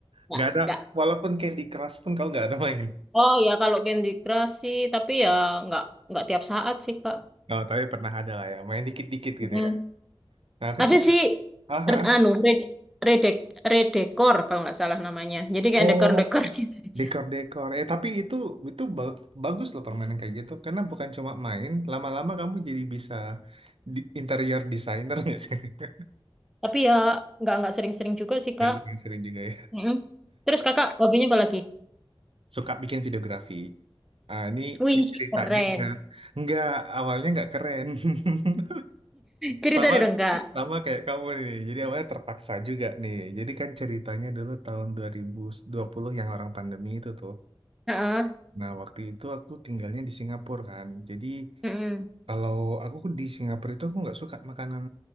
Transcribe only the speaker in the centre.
enggak,
enggak.
Oh ya kalau Candy Crush sih, tapi ya enggak enggak tiap saat sih Kak.
Mm.
Ada
sih
re- anu red redek redekor kalau nggak salah namanya. Jadi kayak
dekor-dekor <laughs> gitu aja.
Tapi ya nggak nggak sering-sering juga sih Kak.
Mm-mm. Terus Kakak hobinya apa lagi?
Wih,
keren.
Cerita
dong Kak.
Heeh.
Mm-mm.